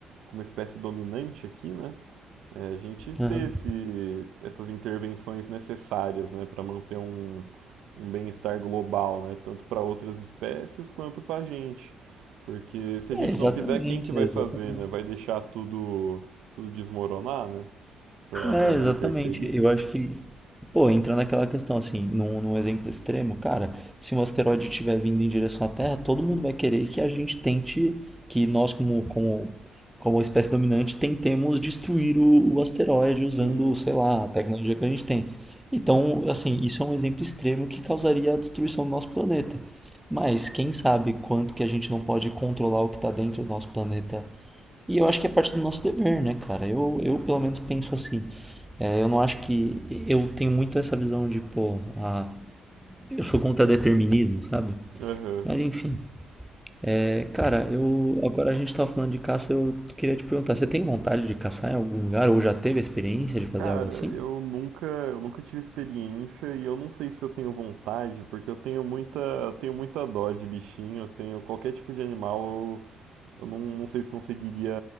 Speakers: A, on the right (about 80°); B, in the centre.
A: como espécie dominante aqui, né? É a gente
B: Aham.
A: ter esse, essas intervenções necessárias, né? Para manter um, um bem-estar global, né? Tanto para outras espécies quanto para a gente. Porque se
B: É,
A: a gente
B: exatamente,
A: não fizer, quem que vai
B: exatamente.
A: fazer, né? Vai deixar tudo, tudo desmoronar, né? pra, pra
B: É,
A: não
B: exatamente.
A: interferir.
B: Eu acho que, pô, entra naquela questão assim, num, num exemplo extremo, cara, se um asteroide estiver vindo em direção à Terra, todo mundo vai querer que a gente tente, que nós como, como, como espécie dominante tentemos destruir o, o asteroide
A: Sim.
B: usando, sei lá, a tecnologia que a gente tem. Então, assim, isso é um exemplo extremo que causaria a destruição do nosso planeta. Mas quem sabe quanto que a gente não pode controlar o que está dentro do nosso planeta e eu acho que é parte do nosso dever, né, cara? Eu, eu pelo menos penso assim. É, eu não acho que. Eu tenho muito essa visão de, pô, a, eu sou contra determinismo, sabe?
A: Aham. Uhum.
B: Mas enfim. É, cara, eu. Agora a gente tava falando de caça, eu queria te perguntar: você tem vontade de caçar em algum lugar? Ou já teve a experiência de fazer
A: Cara,
B: algo assim?
A: eu nunca, eu nunca tive experiência e eu não sei se eu tenho vontade, porque eu tenho muita, eu tenho muita dó de bichinho, eu tenho qualquer tipo de animal, eu, eu não, não sei se conseguiria